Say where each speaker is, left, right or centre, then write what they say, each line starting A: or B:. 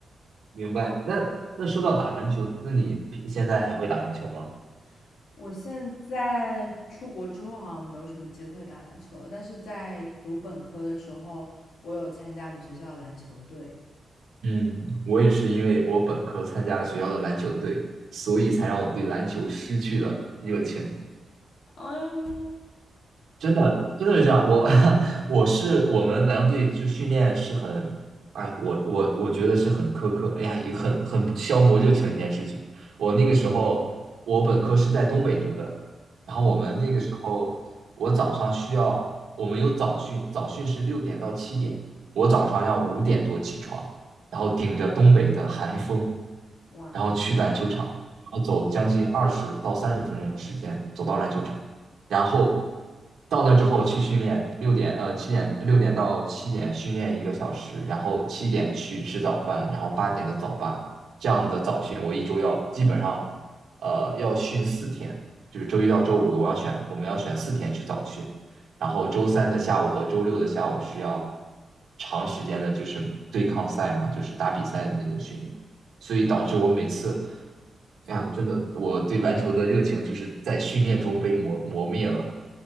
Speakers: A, on the right; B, on the left.
A: 明白。那那说到打篮球，那你平现在还会打篮球吗？
B: <laughs> 我现在出国之后好像没有什么机会打篮球但是在读本科的时候，我有参加我们学校的篮球队。
A: 嗯，我也是因为我本科参加了学校的篮球队，所以才让我对篮球失去了热情。
B: 嗯
A: 真的，真的是这样。我 <laughs> 我是我们篮球队就训练是很，哎，我我我觉得是很苛刻，哎呀，也很很消磨热情的一件事情。我那个时候，我本科是在东北读的，然后我们那个时候，
B: 嗯，
A: 我早上需要，我们有早训，早训是六点到七点，我早上要五点多起床，然后顶着东北的寒风，
B: 哇，
A: 然后去篮球场，然后走将近二十到三十分钟的时间走到篮球场。然后到那之后去训练，六点呃七点六点到七点训练一个小时，然后七点去吃早饭，然后八点的早八，这样的早训我一周要基本上呃要训四天，就是周一到周五我要选我们要选四天去早训，然后周三的下午和周六的下午是要长时间的，就是对抗赛嘛，就是打比赛的那种训练。所以导致我每次啊，真的，我对篮球的热情就是在训练中被磨磨灭了。